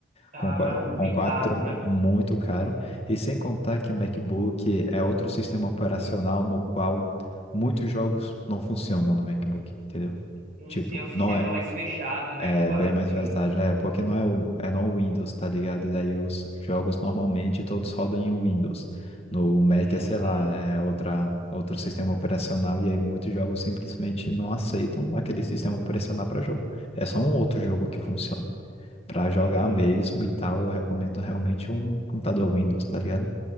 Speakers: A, on the right; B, on the left.
A: Ah,
B: Com, qua-
A: bem
B: com quatro,
A: caro, né?
B: muito caro. E sem contar que o MacBook é outro sistema operacional no qual muitos jogos não funcionam no MacBook, entendeu?
A: Sim,
B: Tipo,
A: sim, é um sistema
B: não é,
A: mais fechado, né,
B: é
A: comparado
B: bem mais
A: com
B: versátil,
A: o Windows.
B: é, porque não é, o, é no Windows, tá ligado? E Daí os jogos normalmente todos rodam em Windows. No Mac
A: Sim,
B: é, sei
A: sim.
B: lá, é outra, outro sistema operacional, e aí muitos jogos simplesmente não aceitam aquele sistema operacional para jogo. É só um outro jogo que funciona. Para jogar
A: Aham,
B: mesmo e tal, eu recomendo realmente um computador Windows, tá ligado?